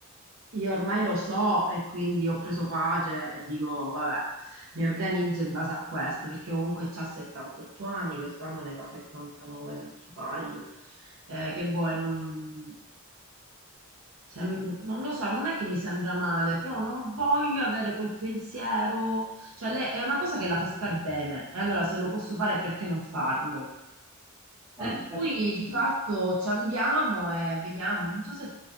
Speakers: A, on the right; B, in the centre.
A: Io ormai lo so e quindi ho preso pace e dico, vabbè, mi organizzo in base a questo, perché comunque c'ha 78 anni, quest'anno ne fa 79 se non sbaglio. Eh, che vuoi, non... sem- non lo so, non è che mi sembra male, però non voglio avere quel pensiero, cioè le- è una cosa che la fa star bene, e allora se lo posso fare perché non farlo? Per
B: No, infatti
A: cui di
B: sì.
A: fatto ci andiamo e vediamo. Non so se